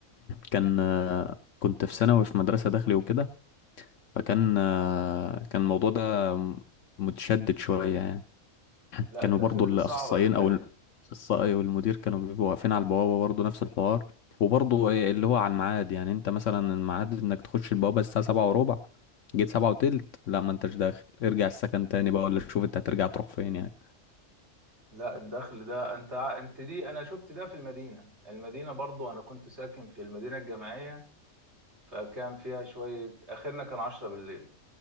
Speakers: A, on the left; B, on the right.
A: كان آه، كنت في ثانوي في مدرسه داخلي وكده فكان آه، كان الموضوع ده متشدد شويه يعني
B: لا
A: كانوا
B: الداخلي
A: برضو الاخصائيين
B: دي صعبه بتاعي
A: او الاخصائي والمدير كانوا بيبقوا واقفين على البوابه برضو نفس الحوار وبرضو إيه اللي هو على الميعاد يعني انت مثلا الميعاد انك تخش البوابه الساعه سبعة وربع جيت سبعة وتلت لا ما انتش داخل ارجع السكن تاني بقى ولا شوف انت هترجع تروح فين يعني
B: لا الدخل ده انت ع- انت دي انا شفت ده في المدينة المدينة برضو انا كنت ساكن في المدينة الجامعية فكان فيها شوية اخرنا كان عشرة بالليل